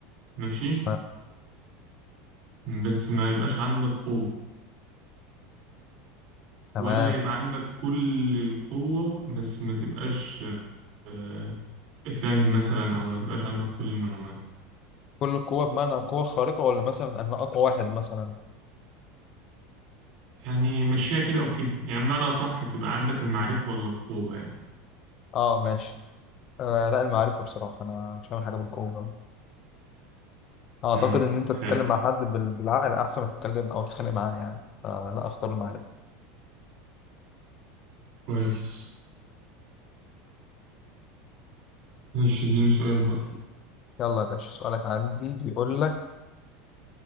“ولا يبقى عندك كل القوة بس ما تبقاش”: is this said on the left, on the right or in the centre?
Right